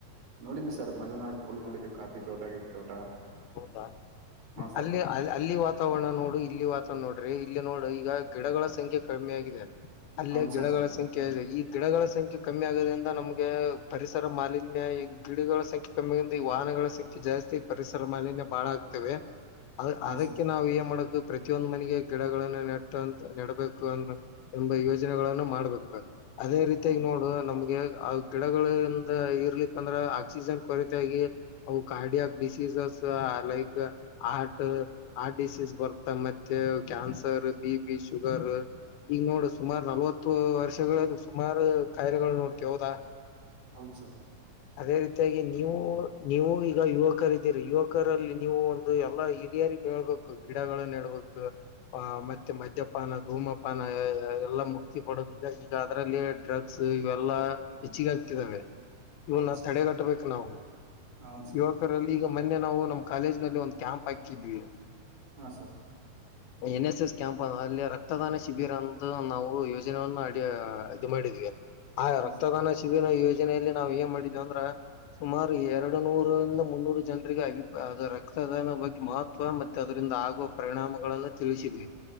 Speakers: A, on the right (about 70°); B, on the left (about 80°).
A: ನೋಡಿದ್ವಿ ಸರ್ ಮಲೆನಾಡು ಫುಲ್ ನೋಡಿದ್ವಿ ಕಾಫಿ ತೋಟ ಗಿಫಿ ತೋಟ
B: ಹೌದಾ
A: ಹಾ ಸರ್
B: ಅಲ್ಲಿ ಅ ಅಲ್ಲಿ ವಾತಾವರಣ ನೋಡು ಇಲ್ಲಿ ವಾತ ನೋಡ್ರಿ ಇಲ್ಲ ನೋಡ್ರಿ ಈಗ ಗಿಡಗಳ ಸಂಖ್ಯೆ ಕಡಿಮ್ಮಿ ಆಗಿದೆ ಅಲ್ಲೇ
A: ಹೌದು
B: ಗಿಡಗಳ
A: ಸರ್ ಹೌದು
B: ಸಂಖ್ಯೆ ಇದೆ ಈ ಗಿಡಗಳ ಸಂಖ್ಯೆ ಕಮ್ಮಿ ಆಗೋದ್ರಿಂದ ನಮಗೆ ಪರಿಸರ ಮಾಲಿನ್ಯ ಈ ಗಿಡಗಳ ಸಂಖ್ಯೆ ಕಮ್ಮಿ ಆಗ ಈ ವಾಹನಗಳ ಸಂಖ್ಯೆ ಜಾಸ್ತಿ ತಿ ಪರಿಸರ ಮಾಲಿನ್ಯ ಬಾಳ ಆಗ್ತೇವೆ ಅ
A: ಹಾಂ
B: ಅದಕ್ಕೆ
A: ಸರ್
B: ನಾವು ಏ ಮಾಡಕ ಪ್ರತಿಯೊಂದು ಮನೆಗೆ ಗಿಡಗಳನ್ನ ನೆಟ್ಟಂತ ನೆಡಬೇಕು ಅ ಎಂಬ ಯೋಜನೆಗಳನ್ನು ಮಾಡ್ಬೇಕ ಅದೇ ರೀತಿಯಾಗಿ
A: ಹೌದು
B: ನೋಡು ನಮ್ಗೆ ಅ ಗಿಡಗಳಿಂದ ಇರ್ಲಿಕ್ಕ ಅಂದ್ರ ಆಕ್ಸಿಜನ್ ಕೊರತ ಆಾಗಿ ಅವು ಕಾರ್ಡಿಯಕ್ ಡಿಸೀಸಸ್ ಲೈಕ್ ಹಾರ್ಟ ಹಾರ್ ಡಿಸೀಸ್ ಬರ್ತ್ತ ಮತ್ತೆ ಕ್ಯಾನ್ಸರ್ ಬಿ ಬಿ ಶುಗರ್ ಈಗ ನೋಡ ಸುಮಾರು ನಲವತ್ತು ವರ್ಷಗಳ ಸುಮಾರು ಕಾಯಿಲೆಗಳು ನೋಡ್ದ ಹ <unintelligible>
A: ಹೌದು ಸರ್
B: ಅದೇ ರೀತಿಯಾಗಿ ನೀವು ನೀವು ಈಗ ಯುವಕರ ಇದ್ದೀರಿ ಯುವಕರಲ್ಲಿ ನೀವು ಒಂದು ಎಲ್ಲಾ ಏರಿಯಾ ಹೇಳ್ಬೇಕು ಗಿಡನ್ನ ನೆಡಬೇಕು ಮತ್ತೆ ಮದ್ಯಪಾನ ಧೂಮಪಾನ ಎಲ್ಲ ಮುಕ್ತಿ ಪಡದು ಈಗ ಈಗ ಅದರಲ್ಲಿ ಡ್ರಗ್ಸ್ ಇವೆಲ್ಲಾ ಹೆಚ್ಚಿಗೆ ಆ್ತದಾವೆ ಇವನ್ನ
A: ಹೌದು ಸರ್
B: ತಡೆಗಟ್ಟಬೇಕು ನಾವು
A: ಹೌದು ಸರ್
B: ಯುವಕರಲ್ಲಿ ಈಗ ಮೊನೆನಾವು ನಮ್ಮ ಕಾಲೇಜ್ ನಲ್ಲಿ ಒಂದ್ ಕ್ಯಾಂಪ್ ಹಾಕಿದ್ವಿ
A: ಹಾ sir
B: N S S camp ಅ ಅಲ್ಲಿ ರಕ್ತದಾನ ಶಿಬಿರ ಅಂತ ನಾವು ಯೋಜನೆಯನ್ನ ಅಡಿ ಇದು ಮಾಡಿದ್ವಿ ಆ
A: ಹಾಂ
B: ರಕ್ತದಾನ
A: ಸರ್
B: ಶಿಬಿರ ಯೋಜನೆಯಲ್ಲಿ ನಾವ್ ಏನ್ ಮಾಡಿದೇವಿ ಅಂದ್ರ ಸುಮಾರ ಎರಡು ನೂರಂದ ಮುನ್ನೂರು ಜನರಿಗೆ ಅಭಿ ರಕ್ತ ರಕ್ತದಾನ ಬಗ್ಗೆ ಮಹತ್ವ ಮತ್ತೆ ಅದರಿಂದ ಆಗುವ ಪರಿಣಾಮಗಳಗಳನ್ನು ತಿಳಿಸಿದೆೆ